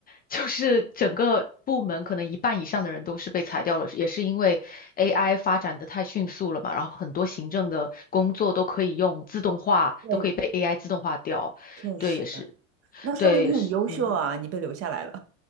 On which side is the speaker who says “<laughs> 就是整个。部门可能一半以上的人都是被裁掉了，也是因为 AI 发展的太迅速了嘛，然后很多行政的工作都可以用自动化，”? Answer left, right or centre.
Left